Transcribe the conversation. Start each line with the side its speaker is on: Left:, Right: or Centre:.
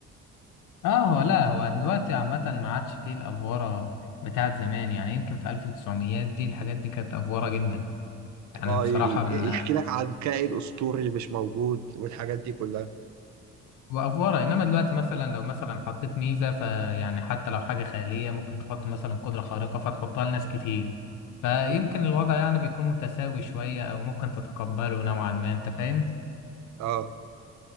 Left: اه هو لا هو دلوقتي عامة ما عادش فيه الافوارة بتاعت زمان يعني يمكن في 1900 دي الحاجات دي كانت افوارة جدا يعني
Right: اه
Left: بصراحة
Right: ي-
Left: من
Right: يحكي لك عن كائن اسطوري مش موجود والحاجات دي كلها
Left: وافوره انما دلوقتي مثلا لو مثلا حطيت ميزه فيعني حتى لو حاجه خياليه ممكن تحط مثلا قدره خارقه فتحطها لناس كتير فيمكن الوضع يعني بيكون متساوي شويه او ممكن تتقبله نوعا ما انت فاهم
Right: اه